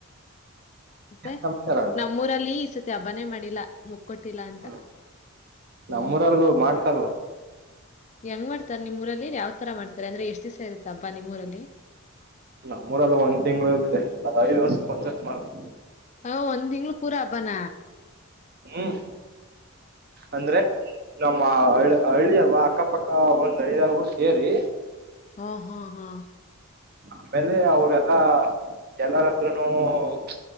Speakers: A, on the left; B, on the right.
A: ಮತ್ತೆ
B: ನಮಸ್ಕಾರ
A: ನಮ್ಮೂರಲ್ಲಿ ಇಸತಿ. ಹಬ್ಬನೆ ಮಾಡಿಲ್ಲಾ ಮು ಕೊಟ್ಟಿಲ್ಲ ಅಂತ
B: ಹ್ಮ
A: ಹ್ಮ್
B: ನಮ್ಮೂರಲ್ಲೂ ಮಾಡ್ತಾರಲ್ಲ
A: ಹೆಂಗ್ ಮಾಡ್ತಾರೆ ನಿಮ್ ಊರಲ್ಲಿ ಯಾವ್ ತರ ಮಾಡ್ ಅಂದ್ರೆ ಎಷ್ಟ್ ದಿವ್ಸ ಇರುತ್ತ ಹಬ್ಬ ನಿಮ್ಮೂರಲ್ಲಿ.
B: ನಮ್ಮೂರ ಅಲ್ಲಿ ಒಂದ್ ತಿಂಗ್ಳ ಇರುತ್ತೆ ಅದ್ ಐದು ವರ್ಷಕ್ ಒನ್ಸತಿ ಮಾಡೋದು.
A: ಹ ಒಂದ್ ತಿಂಗಳು ಪೂರಾ ಹಬ್ಬನ.
B: ಹ್ಮ್ ಅಂದ್ರೆ ನಮ್. ನಮ್ಮ ಹ ಹಳ್ಳಿ ಅಲ್ವಾ ಅಕ್ಕಪಕ್ಕ ಒಂದ್ ಐದಾರು ಊರ್ ಸೇರಿ.
A: ಹಾ ಹಾ ಹಾ
B: ಆಮೇಲೆ ಅವರೆಲ್ಲಾ ಎಲ್ಲರತ್ರನೂ ಒಂದ್